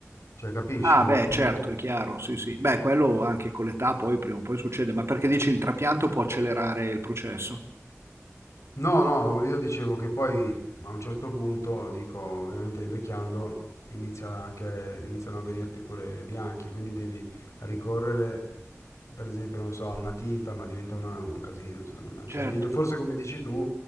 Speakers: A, on the left; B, on the right.
A: cioè, capisci?
B: Ah,
A: Un-
B: beh,
A: un
B: certo,
A: po'.
B: è chiaro, sì, sì. Beh, quello anche con l'età poi prima o poi succede, ma perché dici il trapianto può accelerare il processo?
A: No, no, io dicevo che poi a un certo punto, dico, ovviamente invecchiando, inizia anche, iniziano a venirti pure bianchi, quindi devi ricorrere, per esempio, non so, a una tinta, ma diventa una- un casino, secondo me. Cioè,
B: Certo.
A: meglio forse come dici tu,